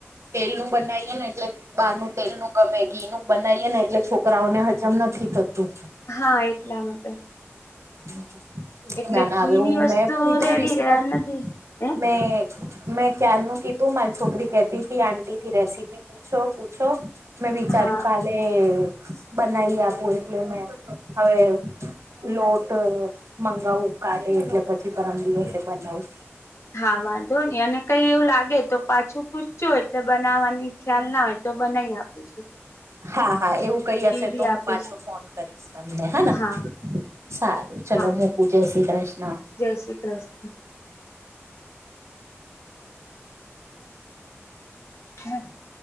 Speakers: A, on the right; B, on the left.
A: તેલનું બનાવીએે ને એટલે બહાર નું તેલનું ગમેગીનું બનાવીએ ને એટલે છોકરાઓને હજમ નથી થતું
B: હા એટલા માટે
A: <inaudible>
B: એટલે
A: ના ના
B: ઘીની
A: આવ્યો હું
B: વસ્તુ
A: મેં કીધું
B: રેડી
A: રિશીકા
B: રે નથી હે
A: મે મેં ક્યારનું કીધું મારી છોકરી કતી તી, આંટીથી રેસીપી પૂછો પૂછો? મેં વિચાર્યું
B: હા
A: કાલે બનાવી આપું એટલે મેં હવે લોટ મંગાવું કાલે એટલે પછી પરમ દિવસે બનાવું
B: હા વાંધો ની અને કઈ એવું લાગે તો પાછું પૂછજો એટલે બનાવાની ખ્યાલ ના હોય તો બનાય આપીશ
A: હા હા એવું કઈ હશે
B: બી
A: તો હું
B: આપીશું
A: પાછો ફોન કરીશ તમને હને
B: હા
A: સારું ચલો
B: હા
A: મૂકું જય શ્રી કૃષ્ણ
B: જય શ્રી કૃષ્ણ. <inaudible>